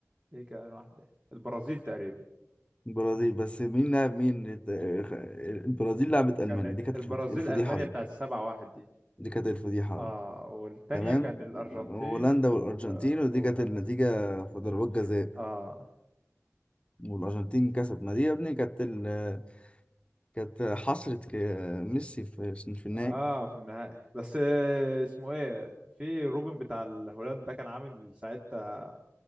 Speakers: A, on the right; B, on the left.
A: ايه كمان واحدة البرازيل تقريبا
B: البرازيل بس مين لعب مين الت- البرازيل لعبت ألمانيا
A: كان
B: دي كانت
A: البرازيل
B: الفض- الفضيحة
A: ألمانيا
B: دي
A: بتاع السبعة واحد دي
B: دي كانت الفضيحة اه
A: اه والتانية
B: تمام
A: كان الأرجنتين
B: هولندا
A: و-
B: والأرجنتين ودي
A: وهولندا
B: كانت النتيجة في ضربات جزاء
A: اه
B: والأرجنتين كسبت ما دي يا ابني كانت ال... كانت حصرة ك- ميسي في في النهائي
A: اه في النهائي بس آه، اسمه ايه في روبن بتاع الهولند ده كان عامل ساعتها